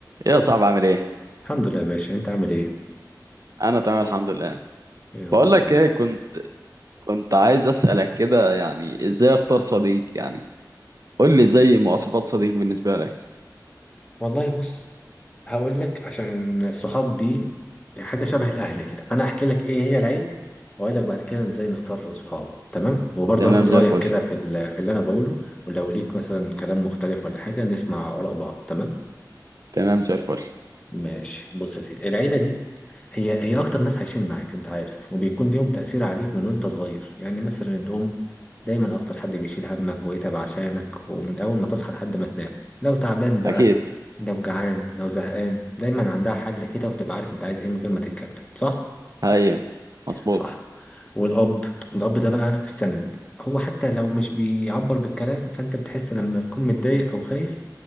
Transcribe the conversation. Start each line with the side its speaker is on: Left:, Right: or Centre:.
Right: ايه يا صاحبي عامل ايه
Left: الحمد لله يا باشا انت عامل ايه
Right: انا تمام الحمد لله
Left: يا رب
Right: بقول
Left: دايما
Right: لك ايه كنت كنت عايز اسالك كده يعني ازاي اختار صديق يعني قول لي زي مواصفات صديق بالنسبه لك
Left: والله بص هقول لك عشان الصحاب دي يعني حاجه شبه الاهل كده فانا هحكي لك ايه هي العيله واقول لك بعد كده ازاي نختار صحاب تمام وبرضه
Right: تمام
Left: هاخد
Right: زي
Left: رايك
Right: الفل
Left: كده في ال- في اللي انا بقوله ولو ليك مثلا كلام مختلف ولا حاجه نسمع اراء بعض تمام
Right: تمام زي الفل
Left: ماشي بص يا سيدي العيلة دي هي هي أكتر ناس عايشين معاك أنت عارف وبيكون ليهم تأثير عليك من وأنت صغير يعني مثلا الأم دايما أكتر حد بيشيل همك ويتعب عشانك ومن أول ما تصحى لحد ما تنام لو تعبان بقى
Right: اكيد
Left: لو جعان لو زهقان دايما عندها حل كده وبتبقى عارف أنت عايز إيه من غير ما تتكلم صح؟
Right: ايوه مظبوط
Left: صح والأب الأب ده بقى السند هو حتى لو مش بيعبر بالكلام فأنت بتحس لما تكون متضايق أو خايف